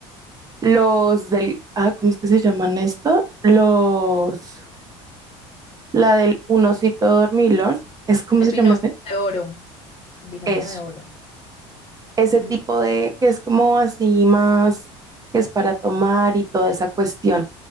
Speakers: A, on the right; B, on the left.
A: los del, ah, ¿cómo es que se llaman esto? Los, la del un osito dormilón, ¿es cómo
B: El
A: se
B: vino
A: llama ese?
B: de oro. Binomio
A: Eso.
B: de oro.
A: ese
B: Mm.
A: tipo de que es como así más, que es para tomar y toda esa cuestión.